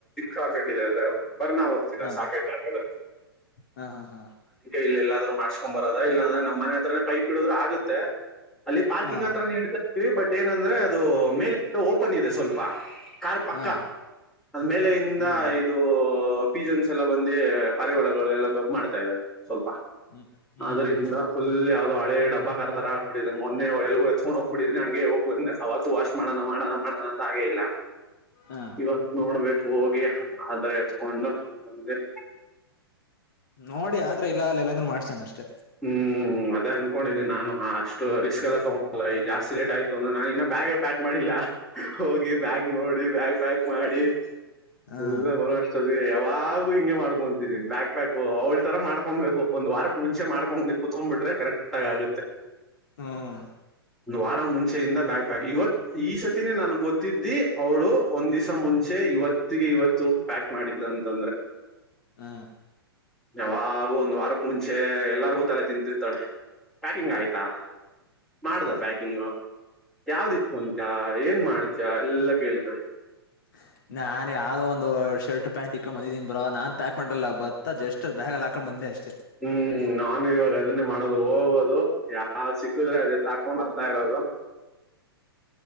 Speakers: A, in the centre; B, on the left (about 50°).
A: ಸಾಕೆಟ್ ಇದೆ ಅ ಬರ್ನಾ ಹೋಗ್ತಿದೆ
B: ಹಾ
A: ಸಾಕೆಟ್ ಅದಕ್ಕೆ
B: ಹಾ ಹಾ ಹಾ
A: ಎಲ್ಲೀ ಎಲ್ಲಾದ್ರೂ. ರು ಮಾಡಸ್ಕೊಂಡ್ ಬರೋದ ಇಲ್ಲಾಂದ್ರೆ ನಮ್ಮ್ ಮನೆ ಹತ್ರೇ ಪೈಪ್ ಇಡುದ್ ಆಗುತ್ತೆ ಅಲ್ಲಿ ಪಾರ್ಕಿಂಗ್
B: ಹಾ
A: ಹತ್ರ ಇಡ. <unintelligible> ಬಟ್ ಏನಂದ್ರೆ ಅದು ಮೇಲಕ್ಕೆ ಓಪನ್ ಇದೆ ಸ್ವಲ್ಪ. ಕಾರ್ ಪಕ್ಕ
B: ಹಾ
A: ಅದ ಮೇಲ ಇಂದ
B: ಹ್ಮ್
A: ಇದು ಪೀಜನ್ಸ್ ಎಲ್ಲ ಬಂದೀ. ಪರಿವಳಗಳು ಎಲ್ಲ ಗಬ್ಬು ಮಾಡ್ತಾ ಇದಾವ ಸ್ವಲ್ಪ
B: ಹ್ಮ್ ಹ್ಮ್
A: ಅದರಿಂದ ಫುಲ್ ಯ. <unintelligible> ಹಳೇ ಡಬ್ಬಾ ಕಾರ್ ಥರ ಆಗ್ಬಿಟ್ಟಿದೆ ಮೊನ್ನೆ ಎಲ್ಲಿಗೋ ಎತ್ಕೊಂಡ್ ಹೋಗ್ಬಿಟ್ಟಿದ್ದೀನಿ ಹಂಗೆ ಹೋಗಿ. ಬಂದು ಅವತ್ತು ವಾಶ್ ಮಾಡೋಣ ಮಾಡೋಣ ಮಾಡೋಣ ಅಂತ ಹಾಗೇ ಇಲ್ಲ.
B: ಹಾ
A: ಇವತ್ ನೋಡ್ಬೇಕು ಹೋಗಿ ಆದ್ರೆ. <unintelligible>
B: ನೋಡಿ ಆದ್ರೆ ಇಲ್ಲ ಅಲ್ಲಿ ಎಲ್ಲಾದ್ರೂ ಮಾಡ್ಸನ ಅಷ್ಟೇ.
A: ಹ್ಮ್. ಹ್ಮ್ ಅದೇ ಅನ್ಕೊಂಡಿದಿನಿ ನಾನು ಹ ಅಷ್ಟು ರಿಸ್ಕ್ ಎಲ್ಲ ತಗೋಳಲ್ಲ ಇಲ್ಲಿ ಜಾಸ್ತಿ ಲೇಟ್ ಆಯ್ತು ಅಂದ್ರೆ ನಾನು ಇನ್ನ ಬ್ಯಾಗೇ ಪ್ಯಾಕ್ ಮಾಡಿಲ್ಲ. ಹೋಗಿ ಬ್ಯಾಗ್ ನೋಡಿ ಬ್ಯಾಗ್ ಪ್ಯಾಕ್ ಮಾಡಿ
B: ಹಾ
A: ಎಲ್ಲಾ ಬರಷ್ಟ. ಯಾವಾಗೂ ಹಿಂಗೆ ಮಾಡ್ಕೊಂತಿದಿಯಾ ಬ್ಯಾಕ್ ಪ್ಯಾಕ್ ಅವ್ಳ ತರ ಮಾಡ್ಕೊಬೇಕು ಒಂದ್ ವಾರಕ್ ಮುಂಚೆ ಮಾಡ್ಕೋಬೇಕು. ಮುಂದೆ ಕುತ್ಕೊ್ಬಿಟ್ರೆ ಕರೆಕ್ಟ್ ಆಗಿ ಆಗುತ್ತೆ
B: ಹ್ಮ್
A: ಒಂದು ವಾರ ಮುಂಚೆ. ಮುಂಚೆಯಿಂದ ಬ್ಯಾಗ ಪ್ಯಾಕ್ ಇವತ್ತು ಈ ಸತಿನೇ ನನಗೆ ಗೊತ್ತಿದ್ದಿ ಅವಳು ಒಂದ್ ದಿವಸ ಮುಂಚೆ ಇವತ್ತಿಗೆ. ಇವತ್ತು ಪ್ಯಾಕ್ ಮಾಡಿದ್ದು ಅಂತಂದ್ರೆ.
B: ಹ್ಮ.
A: ಯಾವಾಗೂ ಒಂದ್ ವಾರಕ್ ಮುಂಚೆ ಎಲ್ಲಾರ್ಗೂ ತಲೆ ತಿಂತೀರ್ಥಳೇ ಪ್ಯಾಕಿಂಗ್ ಆಯ್ತಾ. ಮಾಡ್ದ ಪ್ಯಾಕಿಂಗ್ ಯಾವ್ದ್ ಇಟ್ಕೊತಿಯ. ಏನ್ ಮಾಡ್ತಿಯಾ ಎಲ್ಲಾ ಕೇಳ್ತಾರೆ.
B: ಹ. <inaudible> ನಾನ ಯಾವದೋ ಒಂದು ಶರ್ಟ್ ಪ್ಯಾಂಟ್ ಇಕ್ಕೊಂಡ ಬಂದಿದಿನಿ ಬ್ರೋ ನಾನ್ ಪ್ಯಾಕ್ ಮಾಡಲಿಲ್ಲ ಬತ್ತ ಜಸ್ಟ್ ಬ್ಯಾಗಲ್ಲಿ ಹಾಕೊಂಡು ಬಂದೆ ಅಷ್ಟೆ.
A: ಹ್ಮ್ ನಾನು ಇವಾಗ. ಅದನ್ನೇ ಮಾಡೋದು ಹೋಗೋದು ಯಾವ ಸಿಕ್ಕುದ್ರೆ ಅದು ಹೆತ್ತಾಕೊಂಡು ಬರ್ತಾ ಇರೋದು.